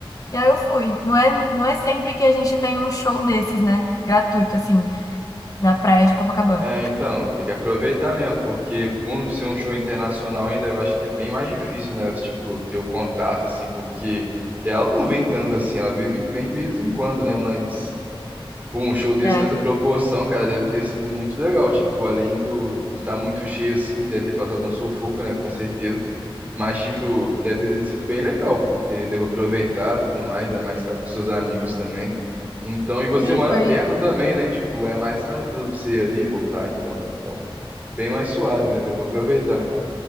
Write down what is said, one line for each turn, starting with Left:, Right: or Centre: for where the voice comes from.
Left: E aí eu fui. Não é, não é sempre que a gente tem um show desses, né? Gratuito, assim, na praia de Copacabana.
Right: É, então, tem que aproveitar mesmo, porque por um- ser um show internacional ainda, eu acho que é bem mais difícil, né? Tipo, ter o contato, assim, porque ela não vem tanto assim, ela vem, vem de vez em quando, né? Mas, pô, um show desse
Left: É.
Right: nessa proporção, cara, deve ter sido muito legal. Tipo, além do estar muito cheio assim, deve ter passado um sufoco, né? Com certeza. Mas, tipo, deve ter sido bem legal, porque devo aproveitar tudo mais, ainda mais que estava com seus amigos também. Então, e você
Left: Sim,
Right: mora
Left: foi
Right: perto também, né? Tipo, é mais tranquilo pra você ir ali e voltar, então. Então, bem mais suave, né? Deu pra aproveitar.